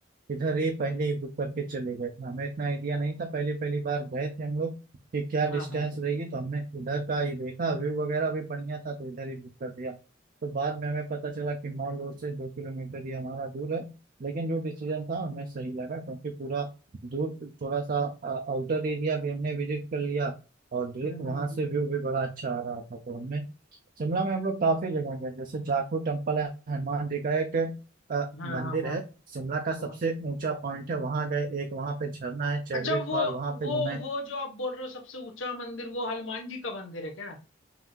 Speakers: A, on the right (about 45°); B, on the left (about 75°).
A: इधर ही पहले ही बुक करके चले गए थे हमें इतना आइडिया नहीं था पहली पहली बार गए थे हम लोग कि क्या
B: हाँ
A: डिस्टेंस
B: हाँ बिल्कुल
A: रहेगी तो हमने उधर का ही देखा व्यू वगैरह भी बढ़िया था तो इधर ही बुक कर दिया तो बाद में हमें पता चला कि मॉल रोड से दो किलोमीटर ही हमारा दूर है लेकिन जो डिसीजन था हमें सही लगा क्योंकि पूरा दूर थोड़ा सा आउटर एरिया भी हमने विजिट कर लिया और दृ-
B: हम्म
A: वहां
B: हम्म,
A: से
B: हम्म।
A: व्यू भी बड़ा अच्छा आ रहा था तो हमने शिमला में हम लोग काफी जगह गए जैसे जाखू टेम्पल है हनुमान जी का एक अ,
B: हाँ
A: मंदिर
B: हाँ हाँ
A: है शिमला का सबसे
B: हाँ।
A: ऊंचा पॉइंट है वहां गए एक वहां पे झरना है चैडविक
B: अच्छा वो
A: फॉल वहां पे
B: वो
A: घूमे
B: वो जो आप बोल रहे हो सबसे ऊंचा मंदिर वो हनुमान जी का मंदिर है क्या